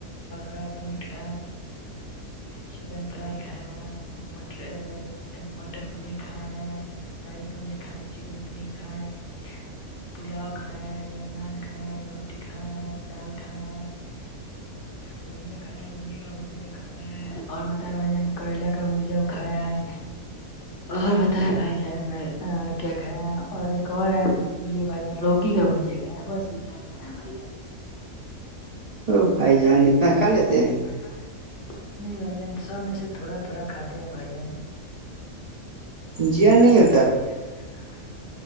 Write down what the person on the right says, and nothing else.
ا بھائی جان اتنا کھا لیتے ہیں
جیر نہیں ہو